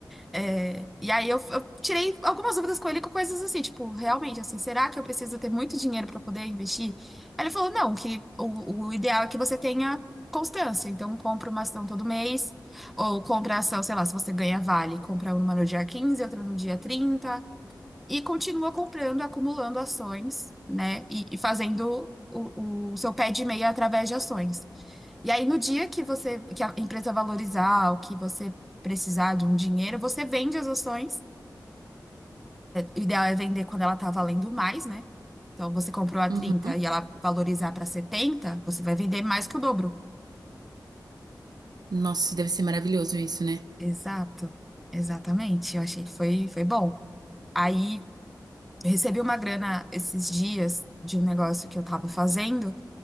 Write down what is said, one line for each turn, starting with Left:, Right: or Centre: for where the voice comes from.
Centre: É, e aí eu, eu tirei algumas dúvidas com ele com coisas assim, tipo, realmente, assim, será que eu preciso ter muito dinheiro para poder investir? Aí ele falou, não, que o, o ideal é que você tenha constância. Então, compra uma ação todo mês, ou compra ação, sei lá, se você ganha Vale, compra uma no dia 15 outra no dia 30 e continua comprando, acumulando ações, né? E, e fazendo o, o seu pé de meia através de ações. E aí, no dia que você, que a empresa valorizar ou que você precisar de um dinheiro, você vende as ações. O ideal é vender quando ela está valendo mais, né? Então, você comprou a 30
Right: Uhum.
Centre: e ela valorizar para 70 você vai vender mais que o dobro.
Right: Nossa, deve ser maravilhoso isso, né?
Centre: Exato, exatamente. Eu achei que foi, foi bom. Aí, eu recebi uma grana esses dias de um negócio que eu estava fazendo.